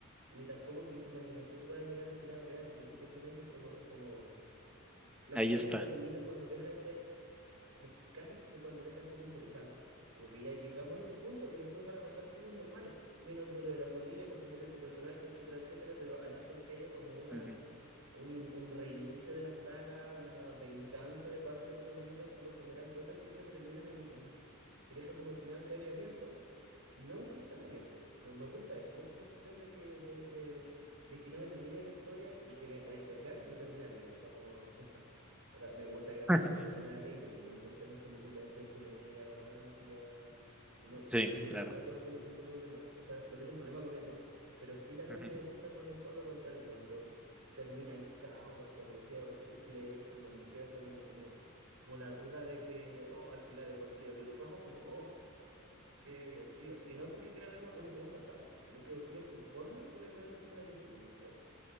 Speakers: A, on the right; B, in the centre.
A: ni tampoco que tu imaginación pueda llegar al final real, sino que simplemente es como, es como, la
B: ahí
A: historia
B: está.
A: termina cuando deja de ser como casi como que cuando deja de ser interesante. Como que ya llegamos a este punto y después van a pasar cosas normales. Viene el duelo de la familia porque murió este personaje, etcétera, etcétera, pero a no ser que haya como una,
B: Ujú.
A: un, in- un reinicio de la saga, una venganza de parte de los protagonistas, por lo general, todas estas películas que terminan en, en que dejan como el final semiabierto, nunca están abiertos. Me, me gusta eso, me gusta la sensación de que, de, de, de que no me termine la historia y que en, en especial que no termine alegre, como... O sea, me gusta que las
B: <laughs>
A: películas terminen alegres, me gustan las películas de comedia romántica, no,
B: Sí,
A: no tengo
B: claro.
A: problema con, con, con ese problema, o sea, no tengo un problema con eso, pero sí también
B: Ujú.
A: me gusta cuando es todo lo contrario, cuando termina en caos, cuando queda el sil- silencio, cuando queda como, como, como la duda de que, oh, al final el vampiro abrió los ojos, como, oh, qué divertido. Y no es porque quiera ver una, una segunda saga, yo quedo súper conforme con, el- con ese final abierto, como, oh,